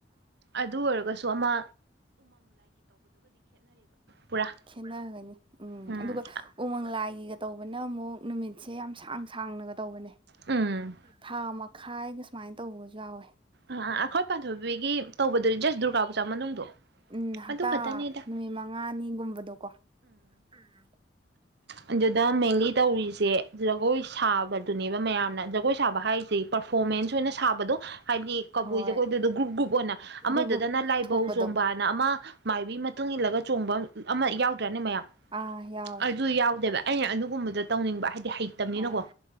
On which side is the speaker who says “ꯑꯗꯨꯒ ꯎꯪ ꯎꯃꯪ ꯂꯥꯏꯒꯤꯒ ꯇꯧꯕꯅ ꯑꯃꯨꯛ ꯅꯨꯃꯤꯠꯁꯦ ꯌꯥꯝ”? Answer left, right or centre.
Right